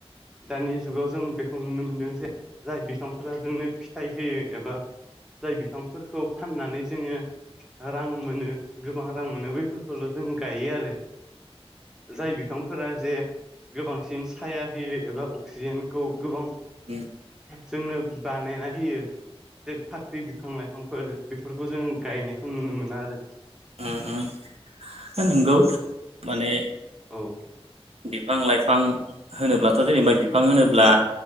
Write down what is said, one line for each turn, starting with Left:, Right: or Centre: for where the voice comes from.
Centre: दानि जुगाव जों बेखौ नुनो मोनदों जे जाय बिफांफोरा जोंनो फिथाइ होयो एबा जाय बिफांफोरखौ फाननानै जोङो रां मोनो गोबां रां मोनो बैफोरखौल' जों गायो आरो जाय बिफां फोरा जे गोबांसिन साया होयो एबा अक्सिजेनखौ गोबां
Right: उम
Centre: जोंनो बानायना होयो जेरै फाख्रि बिफां लाइफांफोर बेफोरखौ जों गायनायखौ जों नुनो मोना आरो
Right: उम उम नंगौ माने
Centre: औ
Right: बिफां लाइफां होनोब्लाथ जेनेबा बिफां होनोब्ला